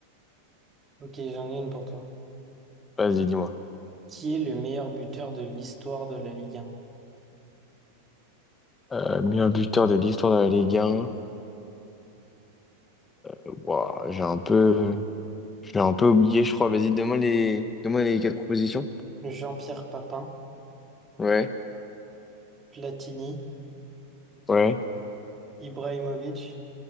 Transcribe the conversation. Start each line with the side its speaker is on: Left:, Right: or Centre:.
Right: Ok, j'en ai une pour toi.
Left: Vas-y, dis-moi.
Right: Qui est le meilleur buteur de l'histoire de la Ligue 1?
Left: Euh, meilleur buteur de l'histoire de la Ligue 1. Ouah, j'ai un peu, j'ai un peu oublié, je crois. Vas-y, donne-moi les, donne-moi les quatre propositions.
Right: Jean-Pierre Papin,
Left: Ouais,
Right: Platini,
Left: ouais,
Right: Ibrahimovic